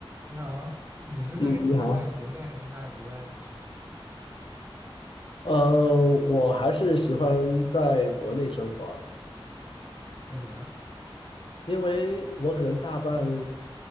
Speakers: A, on the right; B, on the left.
A: 你好，你是更愿意在国内还是在国外生活啊？
B: 嗯，你好。呃，我还是喜欢在国内生活，
A: 为什么呢？
B: 因为我可能大半，